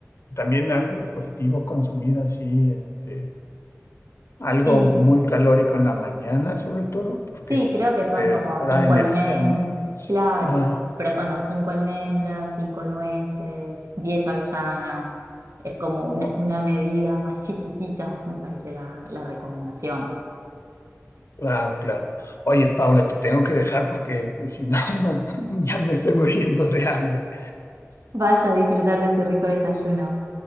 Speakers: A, on the left (about 55°); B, on the right (about 65°).
A: también algo de positivo consumir así, este, algo
B: Sí,
A: muy calórico en la mañana, sobre todo, porque
B: Sí, creo
A: pues,
B: que son
A: te
B: como
A: dará
B: cinco
A: energía,
B: almendras,
A: ¿no?
B: claro,
A: Ah,
B: pero son no, cinco almendras, cinco nueces, diez avellanas. Es como una,
A: oh,
B: una medida más chiquitita, me parece la, la recomendación.
A: claro, claro. Oye, Paula, te tengo que dejar porque pues, si no, <laughs> no, ya me estoy muriendo de hambre.
B: Vaya a disfrutar de su rico desayuno.